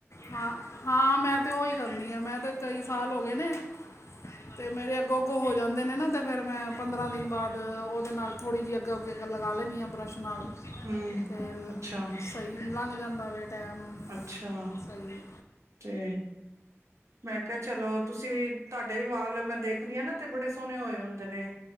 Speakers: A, on the left (about 70°); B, on the right (about 80°).
A: ਹਾਂ, ਹਾਂ ਮੈਂ ਤੇ ਉਈ ਕਰਨੀ ਆ, ਮੈਂ ਤੇ ਕਈ ਸਾਲ ਹੋ ਗਏ ਨੇ ਤੇ, ਮੇਰੇ ਅੱਗੋਂ-ਅੱਗੋਂ ਹੋ ਜਾਂਦੇ ਨੇ ਨਾ, ਤੇ ਫੇਰ ਮੈਂ ਪੰਦਰਾਂ ਦਿਨ ਬਾਅਦ, ਉਹਦੇ ਨਾਲ ਥੋੜ੍ਹੀ ਜਹੀ ਅਗੋ ਅੱਗੇ ਲਗਾ ਲੈਂਨੀ ਆ ਬਰਸ਼ ਨਾਲ
B: ਹਮ,
A: ਤੇ
B: ਅੱਛਾ
A: ਸਹੀ, ਲੰਘ ਜਾਂਦਾ ਵੇ ਟਾਈਮ
B: ਅੱਛਾ,
A: ਸਹੀ
B: ਤੇ ਮੈਂ ਕਿਹਾ ਚਲੋ, ਤੁਸੀਂ ਵੀ, ਤੁਹਾਡੇ ਵੀ ਵਾਲ, ਮੈਂ ਦੇਖਨੀ ਆ ਨਾ, ਤੇ ਬੜੇ ਸੋਹਣੇ ਹੋਏ ਹੁੰਦੇ ਨੇ